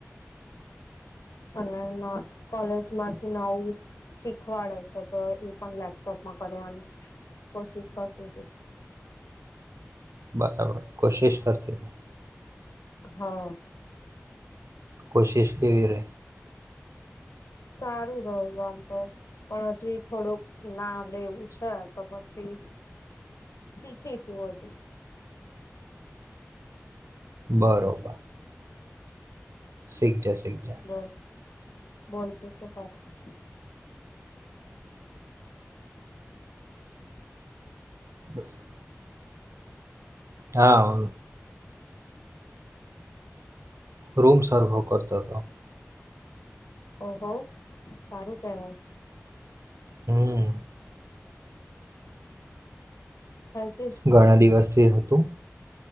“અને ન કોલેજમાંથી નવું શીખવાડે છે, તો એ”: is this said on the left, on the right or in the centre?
Left